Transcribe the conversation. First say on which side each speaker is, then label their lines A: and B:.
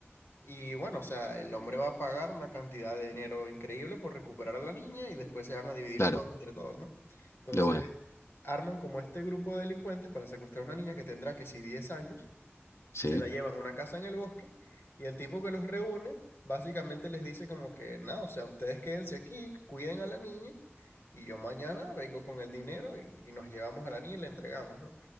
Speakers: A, on the left; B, on the left.
A: y bueno, o sea, el hombre va a pagar una cantidad de dinero increíble por recuperar a la niña y después se van a dividir
B: claro,
A: todo entre todos, ¿no? Entonces,
B: de una,
A: arman como este grupo de delincuentes para secuestrar a una niña que tendrá que si 10 años,
B: sí,
A: se la llevan a una casa en el bosque y el tipo que los reúne básicamente les dice como que, nada, o sea, ustedes quédense aquí, cuiden a la niña y yo mañana vengo con el dinero y, y nos llevamos a la niña y la entregamos, ¿no?